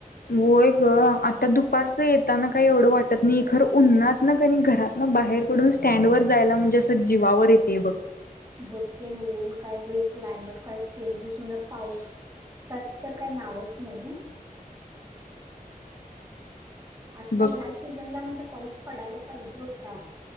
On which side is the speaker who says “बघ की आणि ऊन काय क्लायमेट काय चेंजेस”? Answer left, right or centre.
Right